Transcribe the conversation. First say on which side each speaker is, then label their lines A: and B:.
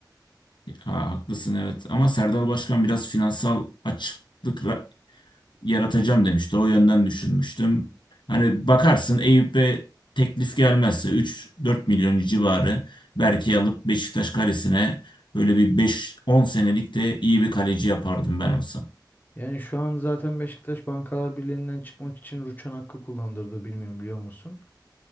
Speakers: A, on the left (about 90°); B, on the left (about 25°).
A: Ha, haklısın evet ama Serdal Başkan biraz finansal açıklık yaratacağım demişti. O yönden düşünmüştüm. Hani bakarsın Eyüp'e teklif gelmezse 3-4 milyon civarı belki alıp Beşiktaş kalesine böyle bir 5-10 senelik de iyi bir kaleci yapardım ben olsam.
B: Yani şu an zaten Beşiktaş Bankalar Birliği'nden çıkmak için rüçhan hakkı kullandırdı bilmiyorum biliyor musun?